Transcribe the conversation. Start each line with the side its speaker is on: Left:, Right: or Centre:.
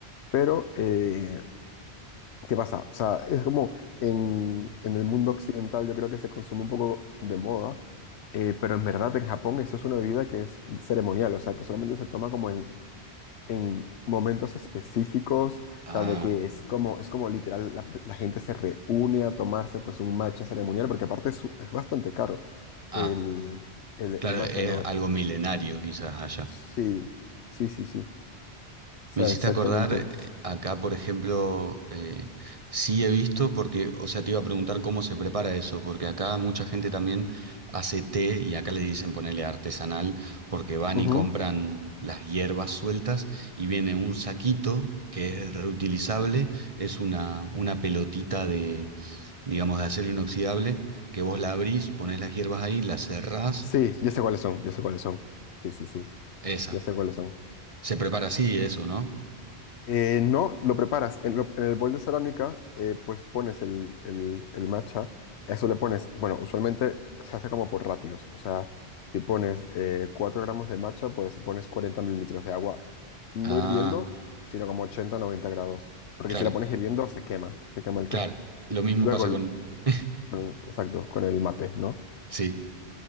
Left: Pero, eh, ¿Qué pasa? O sea, es como en, en el mundo occidental yo creo que se consume un poco de moda, eh, pero en verdad en Japón esto es una bebida que es ceremonial, o sea, que solamente se toma como en, en momentos específicos,
Right: Ah,
Left: o sea, de que es como, es como literal, la, la gente se reúne a tomarse pues un matcha ceremonial, porque aparte es, es bastante caro
Right: ah,
Left: el, el,
Right: claro,
Left: el matcha,
Right: es
Left: ¿no?
Right: algo milenario quizás allá.
Left: Sí, sí, sí, sí, o sea,
Right: Me hiciste
Left: exactamente.
Right: acordar, eh, acá por ejemplo, eh, sí he visto, porque, o sea, te iba a preguntar cómo se prepara eso, porque acá mucha gente también hace té y acá le dicen ponerle artesanal, porque van
Left: Ujú.
Right: y compran las hierbas sueltas y viene un saquito que es reutilizable, es una, una pelotita de, digamos, de acero inoxidable, que vos la abrís, ponés las hierbas ahí, las cerrás,
Left: Sí, yo sé cuáles son, yo sé cuáles son. Sí, sí, sí.
Right: esa.
Left: Ya sé cuáles son.
Right: Se prepara así eso, ¿no?
Left: Eh, no, lo preparas. En, lo- en el bol de cerámica, eh, pues pones el, el, el matcha. A Eso le pones, bueno, usualmente se hace como por ratios. O sea, si pones eh, 4 gramos de matcha, pues pones 40 mililitros de agua, no
Right: Ah,
Left: hirviendo, sino como 80, 90 grados. Porque
Right: claro.
Left: si la pones hirviendo, se quema, se quema el
Right: Claro,
Left: té.
Right: lo mismo
Left: Luego,
Right: pasa
Left: el-
Right: con... <laughs>
Left: mm, exacto, con el mate, ¿no?
Right: Sí,